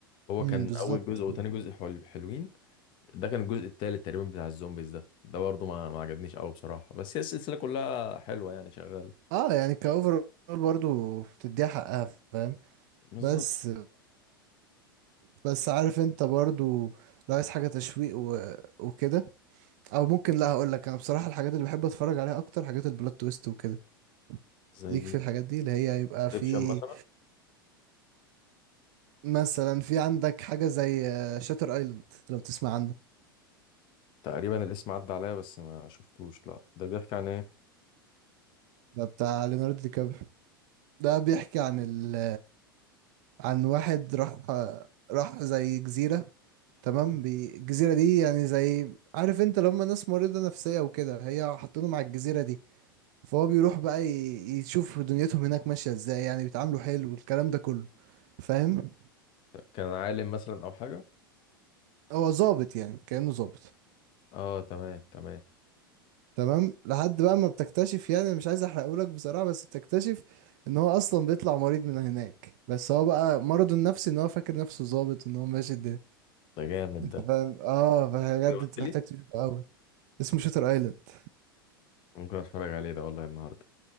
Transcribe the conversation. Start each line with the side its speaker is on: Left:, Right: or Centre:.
Left: هو
Right: امم
Left: كان
Right: بالظبط
Left: اول جزء وتاني جزء حل... حلوين ده كان الجزء التالت تقريبا بتاع الزومبيز ده ده برضه ما ما عجبنيش قوي بصراحه بس هي السلسله كلها حلوه يعني شغاله
Right: اه يعني كأوفر برضو بتديها حقها فاهم
Left: بالظبط
Right: بس بس عارف انت برضو لو عايز حاجة تشويق و... وكده او ممكن لا هقول لك انا بصراحه الحاجات اللي بحب اتفرج عليها اكتر حاجات البلوت تويست وكده
Left: زي
Right: ليك في الحاجات دي اللي هي يبقى في
Left: انسبشن مثلا
Right: مثلا في عندك حاجه زي شاتر ايلاند لو تسمع عنه
Left: تقريبا الاسم عدى عليا بس ما شفتوش لا ده بيحكي عن ايه
Right: ده بتاع ليوناردو دي كابريو ده بيحكي عن ال... عن واحد راح آه، راح زي جزيره تمام بي... الجزيره دي يعني زي عارف انت لما ناس مريضه نفسيه وكده هي حاطينهم على الجزيره دي فهو بيروح بقى ي... يشوف دنيتهم هناك ماشيه ازاي يعني بيتعاملوا حلو والكلام ده كله فاهم
Left: كان عالم مثلا او حاجه
Right: هو ظابط يعني كأنه ظابط
Left: اه تمام تمام
Right: تمام لحد بقى ما بتكتشف يعني أنا مش عايز احرقهولك بصراحة بس بتكتشف ان هو اصلا بيطلع مريض من هناك بس هو بقى مرضه النفسي ان هو فاكر نفسه ظابط وان هو ماشي الدنيا
Left: ده جامد
Right: انت
Left: ده
Right: فاهم اه بجد
Left: كده قلت
Right: انت
Left: لي
Right: محتاج تشوفه قوي اسمه شوتر ايلاند
Left: ممكن اتفرج عليه ده والله النهارده